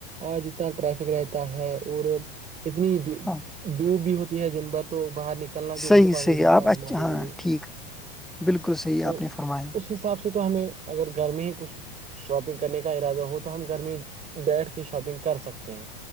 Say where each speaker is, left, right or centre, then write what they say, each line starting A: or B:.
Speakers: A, on the right; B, in the centre.
A: آج اتنا ٹریفک رہتا ہے اور اتنی
B: ہاں
A: دوپ بھی ہوتی ہے دن بھر تو باہر نک نکلنا بھی
B: صحیح
A: دشوار
B: صحیح
A: ہو جاتا
B: آپ
A: ہے
B: اچھا
A: ہمارے
B: ہاں
A: لیے
B: ٹھیک
A: <inaudible>
B: بالکل صحیح
A: تو
B: آپ
A: اس
B: نے فرمایا
A: اس حساب سے تو ہمیں اگر گھر میں ہی کچھ شاپنگ کرنے کا ارادہ ہو تو ہم گھر میں بیٹھ کے شاپنگ کر سکتے ہیں